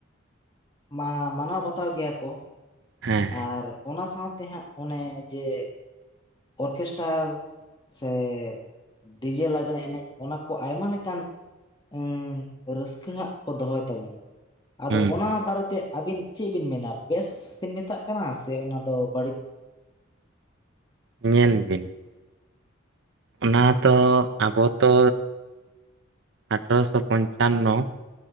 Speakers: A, on the left; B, on the right.
A: ᱢᱟ, ᱢᱟᱱᱟᱣ ᱵᱟᱛᱟᱣ ᱜᱮᱭᱟ ᱠᱚ ᱾
B: ᱦᱮᱸ ᱾
A: ᱟᱨ ᱚᱱᱟ ᱥᱟᱶᱛᱮ ᱦᱟᱸᱜ ᱚᱱᱮ ᱡᱮ ᱚᱨᱠᱮᱥᱴᱟᱨ ᱥᱮ ᱰᱤᱡᱮ ᱞᱟᱜᱽᱬᱮ ᱮᱱᱮᱡ ᱚᱱᱟᱠᱚ ᱟᱭᱢᱟ ᱞᱮᱠᱟᱱ ᱩᱸ ᱨᱟᱹᱥᱠᱟᱹ ᱦᱟᱸᱜ ᱠᱚ ᱫᱚᱦᱚᱭ ᱛᱟᱵᱚᱱᱟ ᱟᱫᱚ
B: ᱦᱩᱸ
A: ᱚᱱᱟ ᱵᱟᱨᱮᱛᱮ ᱟᱵᱤᱱ ᱪᱤᱫ ᱵᱤᱱ ᱢᱮᱱᱟ ᱵᱮᱹᱥ ᱵᱤᱱ ᱢᱮᱛᱟᱜ ᱠᱟᱱᱟ ᱥᱮ ᱚᱱᱟᱫᱚ ᱵᱟᱹᱲᱤᱡ?
B: ᱧᱮᱞ ᱵᱤᱱ ᱚᱱᱟ ᱫᱚ ᱟᱵᱚ ᱛᱚ ᱟᱴᱷᱟᱨᱚᱥᱚ ᱯᱚᱧᱪᱟᱱ-ᱱᱚ